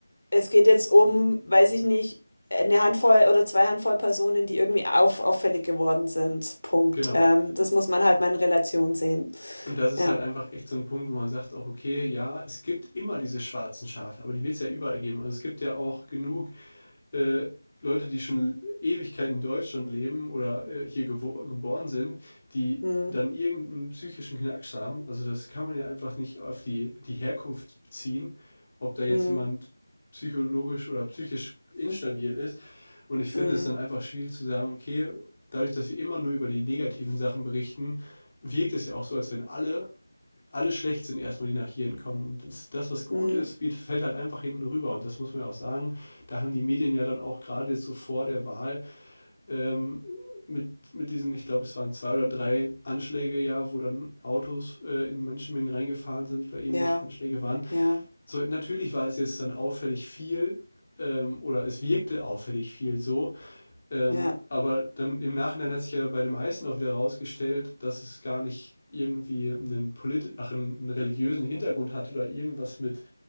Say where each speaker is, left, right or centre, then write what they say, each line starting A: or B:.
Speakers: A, on the left (about 75°); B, on the left (about 20°).
A: es geht jetzt um, weiß ich nicht, eine Handvoll oder zwei Handvoll Personen, die irgendwie auf, auffällig geworden sind. Punkt.
B: genau.
A: Ähm, das muss man halt mal in Relation sehen.
B: Und das ist
A: Ja.
B: halt einfach echt so ein Punkt, wo man sagt auch, okay, ja, es gibt immer diese schwarzen Schafe, aber die wird es ja überall geben. Also es gibt ja auch genug äh, Leute, die schon Ewigkeiten in Deutschland leben oder äh, hier gewo geboren sind, die
A: Hm,
B: dann irgendeinen psychischen Knacks haben. Also das kann man ja einfach nicht auf die, die Herkunft beziehen, ob da jetzt
A: hm,
B: jemand psychologisch oder psychisch instabil ist. Und ich finde
A: hm,
B: es dann einfach schwierig zu sagen, okay, dadurch, dass wir immer nur über die negativen Sachen berichten, wirkt es ja auch so, als wenn alle alle schlecht sind erstmal, die nach Jiren kommen. Und das, das, was gut
A: hm,
B: ist, wird, fällt halt einfach hinten rüber. Und das muss man ja auch sagen. Da haben die Medien ja dann auch gerade jetzt so vor der Wahl ähm, mit, mit diesen, ich glaube, es waren zwei oder drei Anschläge ja, wo dann Autos äh, in Menschenmengen reingefahren sind oder irgendwelche
A: ja,
B: Anschläge waren.
A: ja,
B: So, natürlich war es jetzt dann auffällig viel ähm, oder es wirkte auffällig viel so, ähm,
A: ja,
B: aber dann im Nachhinein hat sich ja dann bei dem Heißen auch wieder rausgestellt, dass es gar nicht irgendwie einen, polit ach, einen, einen religiösen Hintergrund hat oder irgendwas mit